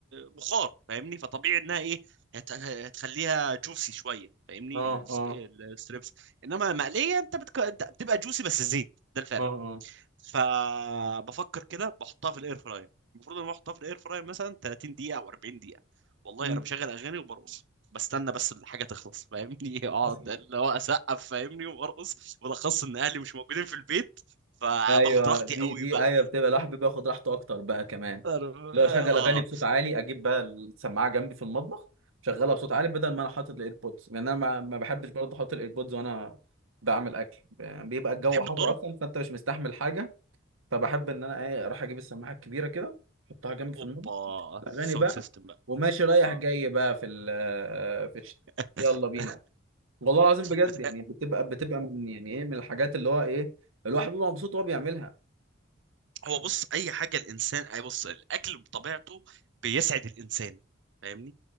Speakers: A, on the right (about 60°); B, on the right (about 85°).
A: بخار فاهمني فطبيعي انها ايه هت- هتخليها جوسي شويه فاهمني
B: اه
A: السب-
B: اه
A: الستريبس انما مقليه انت بتك... انت بتبقى جوسي بس زيت ده الفرق
B: اه اه
A: فبفكر كده بحطها في الاير فراير المفروض ان انا احطها في الاير فراير مثلا 30 دقيقه او 40 دقيقه والله
B: مم.
A: انا مشغل اغاني وبرقص بستنى بس الحاجه تخلص فاهمني <laughs> اقعد
B: حصل.
A: اللي هو اسقف فاهمني وبرقص بالاخص ان اهلي مش موجودين في البيت فباخد
B: ايوه
A: راحتي
B: دي
A: قوي
B: دي
A: بقى
B: ايوه بتبقى الواحد بيبقى ياخد راحته اكتر بقى كمان
A: أنا-
B: اللي هو اشغل
A: اه
B: اغاني بصوت عالي اجيب بقى السماعه جنبي في المطبخ شغلها بصوت عالي بدل ما انا حاطط الايربودز لان انا ما ما بحبش برضه احط الايربودز وانا بعمل اكل يعني بيبقى الجو
A: بتحب
B: حر
A: الذره
B: اصلا فانت مش مستحمل حاجه فبحب ان انا ايه اروح اجيب السماعه الكبيره كده احطها جنبي في
A: اوبا
B: المطبخ الاغاني
A: ساوند
B: بقى
A: سيستم بقى
B: وماشي رايح
A: اه
B: جاي بقى في ال في الش-
A: <laughs>
B: يلا بينا والله العظيم بجد
A: بت...
B: يعني بتبقى بتبقى من يعني ايه من الحاجات اللي هو ايه الواحد بيبقى مبسوط وهو بيعملها
A: هو بص اي حاجه الانسان اي بص الاكل بطبيعته بيسعد الانسان فاهمني،